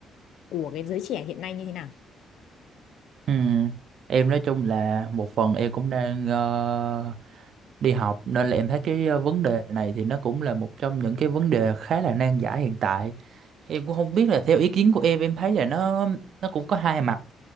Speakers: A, on the left; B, on the right.
A: của cái giới trẻ hiện nay như thế nào
B: Ừ. Em nói chung là một phần em cũng đang ờ, đi học nên là em thấy cái ờ, vấn đề này thì nó cũng là một trong những cái vấn đề khá là nan giải hiện tại. Em cũng không biết là theo ý kiến của em em thấy là nó nó cũng có hai mặt